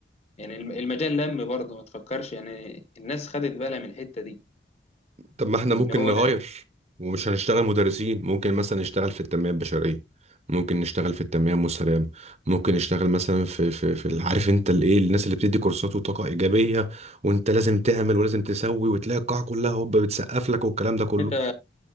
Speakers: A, on the left; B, on the right.
A: يعني الم- المجال لم برضه ما تفكرش يعني الناس خدت بالها من الحته دي
B: طب ما احنا
A: ان
B: ممكن
A: هو
B: نغير ومش هنشتغل مدرسين ممكن مثلا نشتغل في التنمية البشرية ممكن نشتغل في التنمية المستدامة ممكن نشتغل مثلا في في في ال- عارف انت الايه الناس اللي بتدي كورسات وطاقة إيجابية وانت لازم تعمل ولازم تسوي وتلاقي القاعة كلها هوب بتسقف لك والكلام ده كله
A: انت